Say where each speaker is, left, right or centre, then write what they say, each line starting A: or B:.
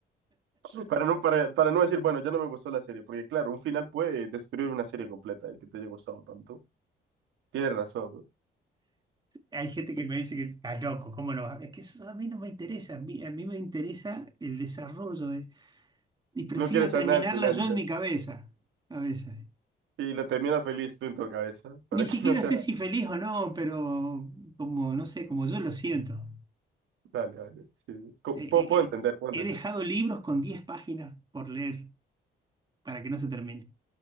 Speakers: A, on the right (about 85°); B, on the right (about 20°).
A: <laughs> Para no, para, para no decir, bueno, ya no me gustó la serie, porque claro, un final puede destruir una serie completa, el que te haya gustado tanto. Tienes razón, ¿no?
B: Hay gente que me dice que está loco, ¿cómo no va? Es que eso a mí no me interesa, a mí, a mí me interesa el desarrollo de- y prefiero
A: No quieres
B: terminarla
A: saber nada del final
B: yo
A: y
B: en
A: ya.
B: mi cabeza, a veces.
A: Y lo terminas feliz tú en tu cabeza, para
B: Ni
A: que
B: siquiera
A: <laughs> no sea...
B: sé si feliz o no, pero como, no sé, como yo lo siento.
A: Dale, dale. sí. Co-
B: Eh,
A: Puedo,
B: eh,
A: puedo
B: eh,
A: entender, puedo
B: he
A: entender.
B: dejado libros con 10 páginas por leer para que no se termine.